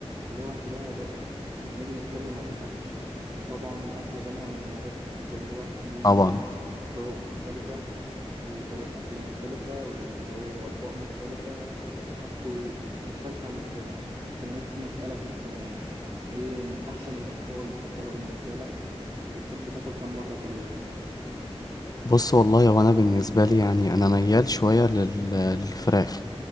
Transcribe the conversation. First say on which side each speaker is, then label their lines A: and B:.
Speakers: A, on the right (about 40°); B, on the left (about 35°).
A: دلوقتي بقى يا رؤى لما نيجي نتكلم عن الأكل احنا طبعا الأكل غني عن المعرفة كل واحد ليه
B: طبعا
A: طرق مختلفة وطرق أكل مختلفة واللي هو أطباق مختلفة وحاجته مختلفة عن التاني فأنا ممكن أسألك مثلا إيه أحسن الأطباق المفضلة بالنسبة لك بتحب تاكل كم مرة في اليوم؟
B: بص والله وانا بالنسبه لي يعني انا ميال شويه لل... للفراخ